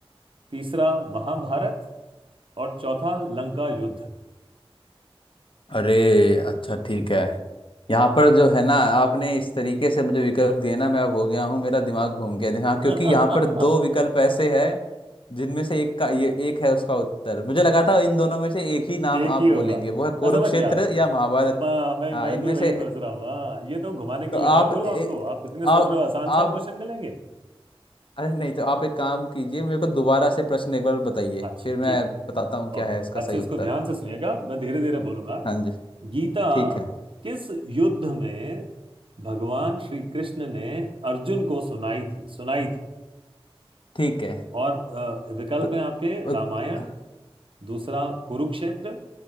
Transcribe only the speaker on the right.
तीसरा महाभारत और चौथा लंका युद्ध <laughs>
हाँ
एक
ही
होगा
मैं
समझ गया
मैं मैं
मैं
भी वही
सोच रहा हूँ हाँ ये तो घुमाने के
लिए
था गुरु
आपको आप इतने सोच
रहे हो आसान
आसान क्वेश्चन मिलेंगे
अच्छा
ठीक है
ओके
अच्छा
इसको
ध्यान से सुनिएगा मैं धीरे धीरे बोलूंगा
गीता
किस युद्ध में भगवान श्री कृष्ण ने अर्जुन को सुनाई थी सुनाई थी
और अ, विकल्प
हैं आपके रामायण
दूसरा कुरुक्षेत्र